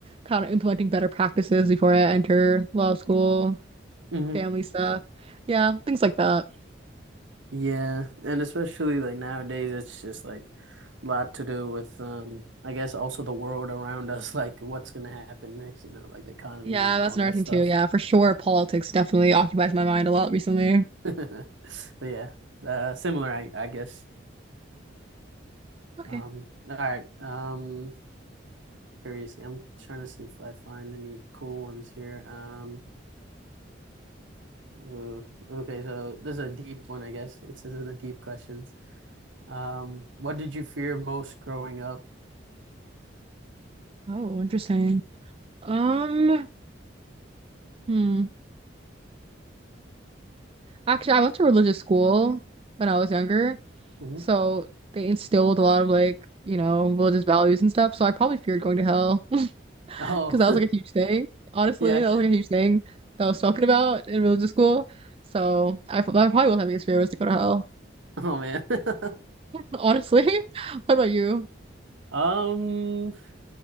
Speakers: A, on the right; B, on the right.
A: kind of implementing better practices before I enter law school,
B: hmm
A: family stuff, yeah, things like that.
B: Yeah, and especially like nowadays, it's just like a lot to do with um, I guess also the world around us, <laughs> like what's gonna happen next, you know, like the economy
A: Yeah,
B: and
A: that's
B: all
A: another
B: that
A: thing
B: stuff.
A: too. Yeah, for sure, politics definitely occupies my mind a lot recently.
B: <laughs> But yeah, uh, similar, I, I guess.
A: Okay.
B: Um, all right. Um, Seriously, I'm trying to see if I find any cool ones here. Um, uh, okay, so this is a deep one, I guess. It says in the deep questions. Um, what did you fear most growing up?
A: Oh, interesting. Um, hmm. Actually, I went to religious school when I was younger,
B: hmm
A: so they instilled a lot of like, you know, religious values and stuff. So I probably feared going to hell <laughs> because
B: Oh,
A: that was like a huge thing. Honestly,
B: <laughs>
A: that
B: yeah.
A: was like a huge thing that I was talking about in religious school. So I, f- I probably was having biggest fear was to go to hell.
B: Oh man. <laughs>
A: <laughs> Honestly, <laughs> what about you?
B: Um,